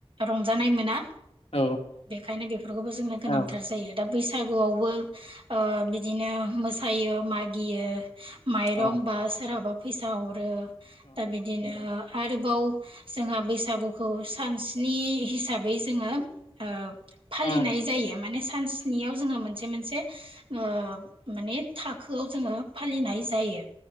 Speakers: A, on the right; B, on the left.
A: रंजानाय मोना
B: औ
A: बेखायनो बेफोरखौबो जोंनो गोनांथार
B: औ
A: जायो दा बैसागुआवबो ओ बिदिनो मोसायो मागियो माइरं
B: औ
A: बा सोरहाबा फैसा हरो दा बिदिनो आरो बाव जोंहा बैसागुखौ सानस्नि हिसाबै जोङो ओ
B: उम
A: फालिनाय जायो माने सान सनियाव जोङो मोनसे मोनसे ओ माने थाखोआव जोङो फालिनाय जायो